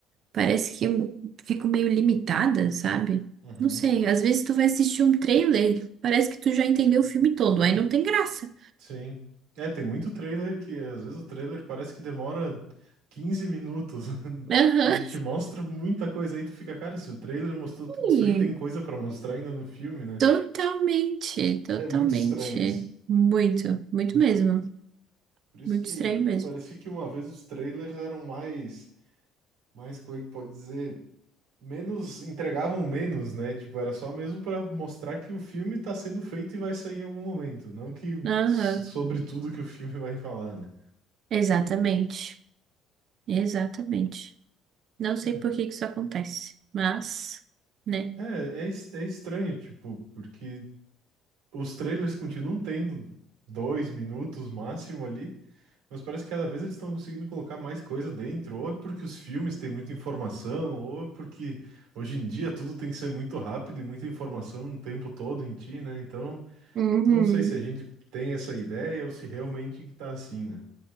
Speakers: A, on the right (about 50°); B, on the right (about 90°).
A: parece que eu fico meio limitada, sabe?
B: Uhum.
A: Não sei, às vezes tu vai assistir um trailer, parece que tu já entendeu o filme todo, aí não tem graça.
B: Sim. É, tem muito trailer que às vezes o trailer parece que demora 15 minutos <laughs>
A: Aham.
B: e te mostra muita coisa aí, tu fica, cara, se o trailer mostrou tudo isso
A: Ih,
B: aí, tem coisa pra mostrar ainda no filme, né?
A: Totalmente, totalmente.
B: É muito estranho isso.
A: Muito, muito mesmo.
B: Por isso
A: Muito
B: que
A: estranho mesmo.
B: parecia que uma vez os trailers eram mais, mais como é que pode dizer, menos, entregavam menos, né? Tipo, era só mesmo pra mostrar que o filme tá sendo feito e vai sair em algum momento, não que
A: Aham.
B: s- sobre tudo que o filme <laughs> vai falar, né?
A: Exatamente. Exatamente. Não sei
B: É,
A: por que que isso acontece, mas, né?
B: É, é, es- é estranho, tipo, porque os trailers continuam tendo dois minutos máximo ali, mas parece que cada vez eles estão conseguindo colocar mais coisa dentro, ou é porque os filmes têm muita informação, ou é porque hoje em dia tudo tem que ser muito rápido e muita informação o tempo todo em ti, né? Então,
A: Uhum.
B: não sei se a gente tem essa ideia ou se realmente que tá assim, né?